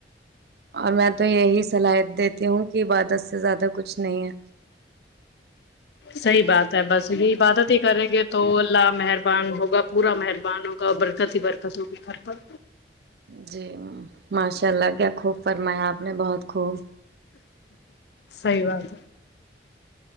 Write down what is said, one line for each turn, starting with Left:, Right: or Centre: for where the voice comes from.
Right: اور میں تو یہی صلاح دیتی ہوں کہ عادت سے زیادہ کچھ نہیںے
Left: صحیح بات ہے بس یہ عبادت ہی کریں گے تو اللہ مہربان ہوگا پورا مہربان ہوگا برکت ہی برکت ہوگی گھر پر
Right: ہے جی ماشاء اللہ کیا خوب فرمایا آپ نے بہت خوب
Left: سی بات ہے